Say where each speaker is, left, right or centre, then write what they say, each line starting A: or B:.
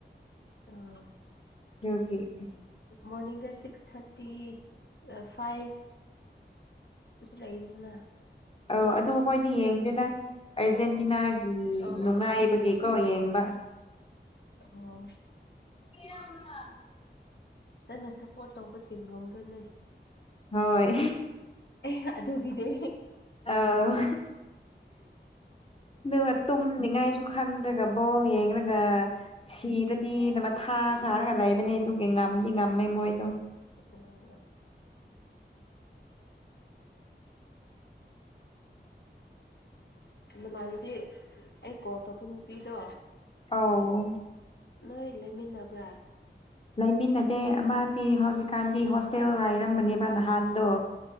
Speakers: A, on the left; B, on the left.
A: ꯑꯥ
B: ꯀꯦ <unintelligible> <inaudible>
A: ꯃꯣꯔꯅꯤꯡꯗ ꯁꯤꯛꯁ ꯊꯥꯔꯇꯤ ꯐꯥꯏꯚ ꯁꯤ ꯂꯩꯗꯗꯅ
B: ꯑ ꯑꯗꯨ ꯍꯣꯏꯗꯤ ꯌꯦꯡꯗꯦꯗ ꯑꯔꯖꯦꯟꯇꯤꯅꯥꯒꯤ
A: ꯑꯣ
B: ꯅꯨꯡꯉꯥꯏꯕꯒꯤꯀꯣ
A: ꯑꯣ ꯑꯥꯔꯖꯦꯟꯇꯤꯅꯥ
B: ꯌꯦꯡꯕ
A: ꯑꯣ
B: <unintelligible> <inaudible>
A: ꯅꯪꯅ ꯁꯞꯄꯣꯔꯠ ꯇꯧꯕ ꯇꯤꯝ ꯉꯝꯕ꯭ꯔꯅꯦ
B: ꯍꯣꯏ
A: ꯑꯦ ꯑꯗꯨꯒꯤꯗꯤ
B: ꯑꯧ ꯑꯗꯨꯒ ꯇꯨꯝꯅꯤꯡꯉꯥꯏꯁꯨ ꯈꯪꯗ꯭ꯔꯒ ꯕꯣꯜ ꯌꯥꯏ ꯈꯒ ꯁꯤꯔꯗꯤ ꯅ ꯃꯊꯥ ꯁꯥꯔꯒ ꯂꯩꯕꯅꯦ ꯑꯗꯨꯒꯤ ꯉꯝꯗꯤ ꯉꯝꯃꯦ ꯃꯣꯏꯗꯣ
A: ꯎꯝ <unintelligible> <inaudible> ꯅꯃꯅꯤꯗꯤ ꯑꯩ ꯀꯣꯜ ꯇꯧꯕ ꯅꯨꯄꯤꯗꯣ
B: ꯑ
A: ꯅꯣꯏ ꯂꯩꯃꯤꯟꯅꯕ꯭ꯔꯥ
B: ꯂꯩꯃꯤꯟꯅꯗꯦ ꯑꯃꯗꯤ ꯍꯧꯖꯤꯛꯀꯥꯟꯗꯤ ꯍꯣꯁꯇꯦꯜ ꯂꯥꯏꯔꯝꯕꯅꯦꯕ ꯅꯍꯥꯟꯗꯣ